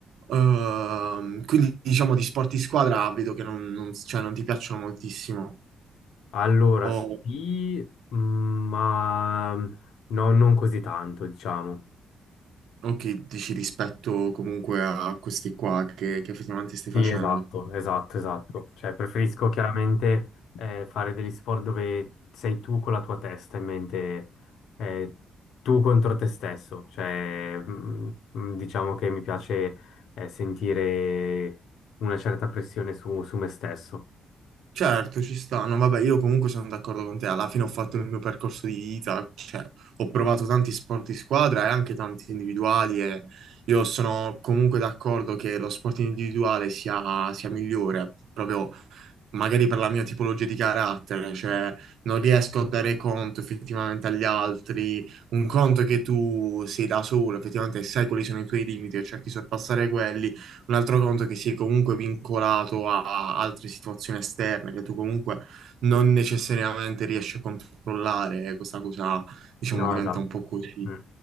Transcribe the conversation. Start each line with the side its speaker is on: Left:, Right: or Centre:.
Right: Ehm, quindi diciamo di sport di squadra vedo che non, non- cioè, non ti piacciono moltissimo.
Left: allora
Right: O,
Left: sì, mh, ma mm, no, non così tanto, diciamo.
Right: o che dici rispetto comunque a questi qua che, che effettivamente stai
Left: Sì,
Right: facendo.
Left: esatto, esatto, esatto. Cioè, preferisco chiaramente eh, fare degli sport dove sei tu con la tua testa in mente, eh, tu contro te stesso. Cioè, mm, mm, diciamo che mi piace eh, sentire una certa pressione su, su me stesso.
Right: Certo, ci sta. No, vabbè, io comunque sono d'accordo con te. Alla fine ho fatto il mio percorso di vita, cioè ho provato tanti sport di squadra e anche tanti individuali e io sono comunque d'accordo che lo sport individuale sia, sia migliore, proprio magari per la mia tipologia di carattere, cioè non riesco a dare conto effettivamente agli altri. Un conto è che tu sei da solo, effettivamente sai quali sono i tuoi limiti e cerchi di sorpassare quelli. Un altro conto è che sei comunque vincolato a altre situazioni esterne che tu comunque non necessariamente riesci a controllare. e Questa cosa, diciamo,
Left: No,
Right: diventa
Left: esatto.
Right: un po' così.
Left: Mm,